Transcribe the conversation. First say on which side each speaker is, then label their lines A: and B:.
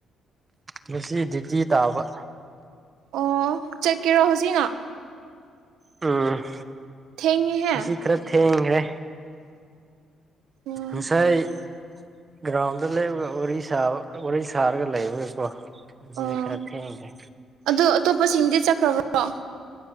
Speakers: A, on the right (about 30°); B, on the right (about 85°).
A: ꯉꯁꯤ ꯗ꯭ꯌꯨꯇꯤ ꯇꯥꯕ
B: ꯑꯣ ꯆꯠꯀꯤꯔꯣ ꯍꯧꯖꯤꯅ
A: ꯎꯝ
B: ꯊꯦꯡꯉꯦꯍꯦ
A: ꯉꯁꯤ ꯈꯔ ꯊꯦꯡꯒ꯭ꯔꯦ
B: ꯎꯝ
A: ꯉꯁꯥꯏ ꯒ꯭ꯔꯥꯎꯟꯗ ꯂꯩꯕꯒ ꯋꯥꯔꯤ ꯁꯥꯕ ꯋꯥꯔꯤ ꯁꯥꯔꯒ ꯂꯩꯕꯒꯤꯀꯣ ꯉꯁꯤꯗꯤ
B: ꯑꯣ
A: ꯈꯔ ꯊꯦꯡꯒ꯭ꯔꯦ
B: ꯑꯗꯣ ꯑꯇꯣꯞꯄꯁꯤꯡꯗꯤ ꯆꯠꯈ꯭ꯔꯥꯕ꯭ꯔꯣ